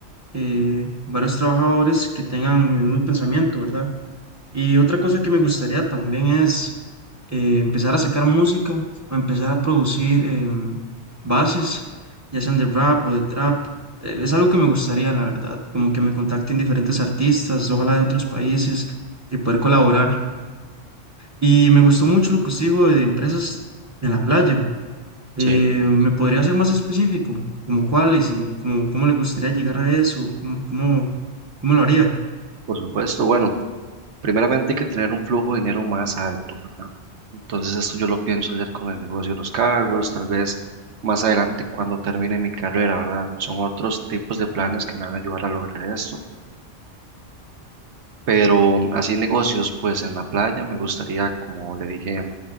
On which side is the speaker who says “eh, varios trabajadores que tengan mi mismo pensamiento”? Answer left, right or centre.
Right